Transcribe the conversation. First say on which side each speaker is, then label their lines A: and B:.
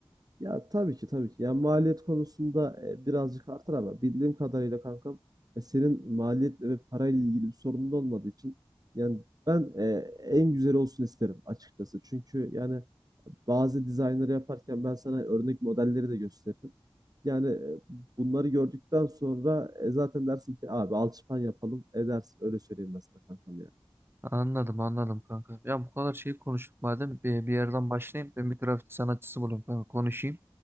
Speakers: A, on the right; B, on the right.
A: Ya tabii ki tabii ki. Yani maliyet konusunda e, birazcık artar ama bildiğim kadarıyla kankam e, senin maliyetle ve parayla ilgili bir sorunun olmadığı için yani ben e, en güzel olsun isterim açıkçası. Çünkü yani bazı dizaynları yaparken ben sana örnek modelleri de gösteririm. Yani, eee, bunları gördükten sonra, eee, zaten dersin ki abi alçıpan yapalım edersin. Öyle söyleyeyim mesela sana kankam yani.
B: Anladım anladım kanka. Ya bu kadar şey konuştuk madem bir, bir yerden başlayayım. Ben bir grafiti sanatçısı bulayım kanka konuşayım.